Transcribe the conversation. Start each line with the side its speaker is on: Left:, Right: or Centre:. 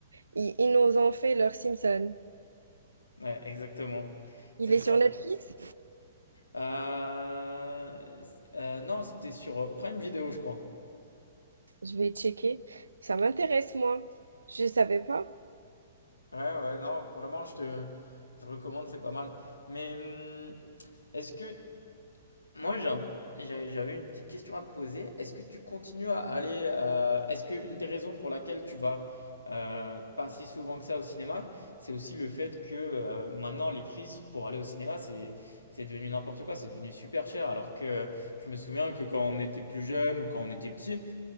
Right: ils, ils nous ont fait leur Simpson.
Left: Ouais, exactement.
Right: Il
Left: C'est
Right: est
Left: ça.
Right: sur Netflix?
Left: Euh, euh, non, c'était sur Prime Video, je crois.
Right: Je vais checker. Ça m'intéresse, moi. Je savais pas.
Left: Ouais, ouais, non, vraiment, je te, je recommande, c'est pas mal. Mais hum, est-ce que Moi, j'ai un- j'ai- j'avais une petite question à te poser. Est-ce que tu continues à aller, euh, est-ce qu'une des raisons pour laquelle tu vas euh, pas si souvent que ça au cinéma, c'est aussi le fait que euh, maintenant les prises pour aller au cinéma, c'est c'est devenu n'importe quoi, c'est devenu super cher. Alors que je me souviens que quand on était plus jeune ou quand on était petit,